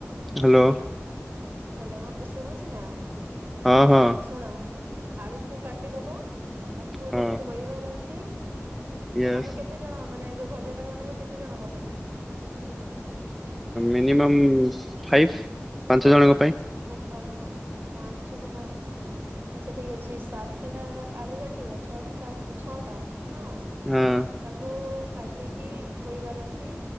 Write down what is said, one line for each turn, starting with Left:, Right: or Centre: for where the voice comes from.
Centre: ହାଲୋ।
Right: ହାଲୋ ଶୁଭୁଚି ନା?
Centre: ହଁ ହଁ।
Right: ଶୁଣ ଆଳୁକୁ କାଟିଦବ ତାକୁ
Centre: ହଁ।
Right: ଧୋଇବାର ଅଛି।
Centre: ୟେସ୍
Right: ତମେ କେତେ ଜଣ ମାନେ ଯୋଉ ଭଜା ଟା ବନେଇବ କେତେ ଜଣଙ୍କ ପାଇଁ?
Centre: ମିନିମମ୍ ଫାଇଭ୍ ପାଞ୍ଚ ଜଣଙ୍କ ପାଇଁ।
Right: ବୋପାଲୋ ମା ପାଞ୍ଚ ଜଣ। ଆଚ୍ଛା ଠିକ୍ ଅଛି ସାତଟା ଆଳୁ କାଟିବ ଛଅଟା ସାତ ଛଅଟା ହଁ।
Centre: ହଁ।
Right: ତାକୁ କାଟିକି ଧୋଇବାର ଅଛି।